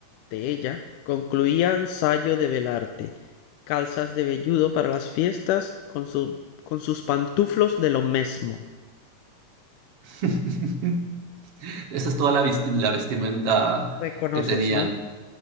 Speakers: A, on the left; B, on the right.
A: de ella concluían sayo de velarte, calzas de velludo para las fiestas con su, con sus pantuflos de lo mismo.
B: <laughs> Esa es toda la, vesti- la vestimenta
A: reconoces,
B: que tenían.
A: ¿no?